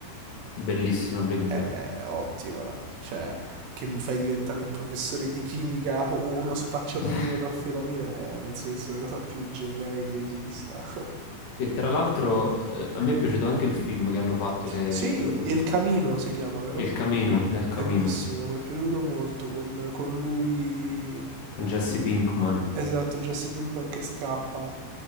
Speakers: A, on the left; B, on the right.
A: Bellissima Breaking
B: È
A: Bad.
B: ottima, cioè, che mi fai diventare un professore di chimica o uno spacciatore
A: <laughs>
B: di metanfetamina, eh, penso che sia la cosa più geniale che esista.
A: E tra l'altro, eh, a me è piaciuto anche il film che hanno fatto, che,
B: Sì,
A: ehm,
B: El Camino si chiama, vero?
A: è Il Camino, è Il
B: Bellissimo,
A: Camino,
B: mi è piaciuto molto con, con lui.
A: con Jesse
B: in-
A: Pinkman,
B: Esatto, Jesse Pinkman che scappa.